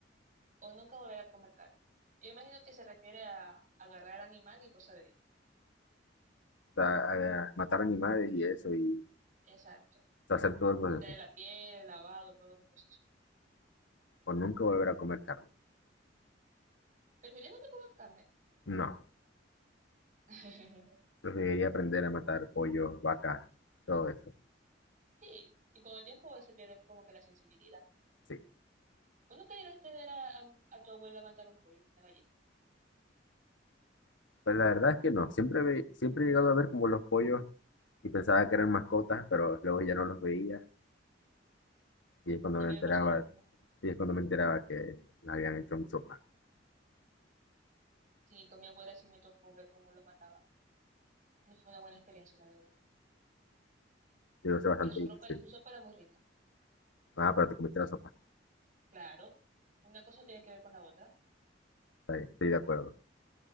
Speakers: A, on the right; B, on the left.
A: o nunca volver a comer carne? Yo imagino que se refiere a agarrar animal y vos sabés.
B: O sea, eh, matar animales y eso, y
A: Exacto.
B: hacer todo el proceso.
A: De la piel, el lavado, todo ese proceso.
B: O nunca volver a comer carne.
A: ¿Prefieres nunca comer carne?
B: No,
A: <laughs>
B: preferiría aprender a matar pollos, vacas, todo eso.
A: Sí, y con el tiempo se pierde como que la sensibilidad.
B: Sí.
A: ¿Vos nunca llegaste a ver a, a- a tu abuela matar un pollo, una gallina?
B: Pues la verdad es que no. Siempre, ve- siempre he llegado a ver como los pollos y pensaba que eran mascotas, pero luego ya no los veía. Y es cuando
A: También
B: me enteraba,
A: me pasó lo mismo.
B: y es cuando me enteraba que las habían hecho en sopa.
A: Sí, con mi abuela sí me tocó ver cómo los mataba. No fue una buena experiencia, la verdad.
B: Digo, eso es
A: pero
B: bastante
A: su
B: difícil.
A: ropa, su sopa era muy rica.
B: Ah, pero te comiste la sopa.
A: Claro, una cosa tiene que ver con la otra.
B: Está bien, estoy de acuerdo.